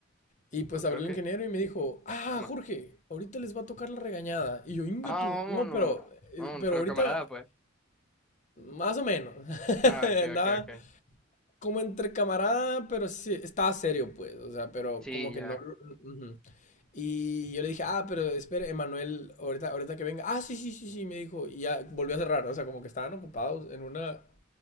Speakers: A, on the left; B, in the centre.
A: y pues
B: Ok,
A: abrió
B: ok.
A: el ingeniero y me dijo, ah,
B: Simón.
A: Jorge, ahorita les va a tocar la regañada. Y yo, inga
B: Ah,
A: tú.
B: vámonos.
A: No, pero, eh,
B: Vámonos,
A: pero
B: pero
A: ahorita,
B: camarada, pues.
A: más o menos. <laughs>
B: Ah, ok,
A: Andaba
B: ok, ok.
A: como entre camarada, pero sí, estaba serio, pues, o sea, pero
B: Sí,
A: como que
B: ya,
A: no... ujú. Y yo le dije, ah, pero espere, Emanuel, ahorita, ahorita que venga. Ah, sí, sí, sí, sí, me dijo. Y ya volvió a cerrar, o sea, como que estaban ocupados en una